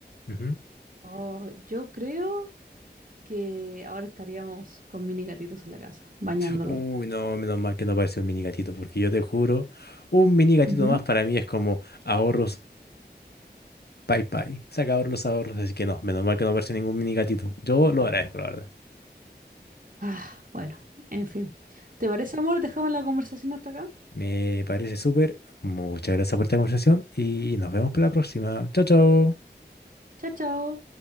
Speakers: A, on the left; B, on the right.
A: ujú.
B: oh, yo creo que ahora estaríamos con mini gatitos en la casa, bañándolos.
A: Uy, no, menos mal que no apareció un mini gatito, porque yo te juro, un mini gatito
B: Ujú.
A: más para mí es como ahorros, bye bye. Se acabaron los ahorros, así que no, menos mal que no apareció ningún mini gatito. Yo lo agradezco, la verdad.
B: Ah, bueno, en fin. ¿Te parece, amor? Dejamos la conversación hasta acá.
A: Me parece súper. Muchas gracias por esta conversación y nos vemos para la próxima. Chao, chao.
B: Chao, chao.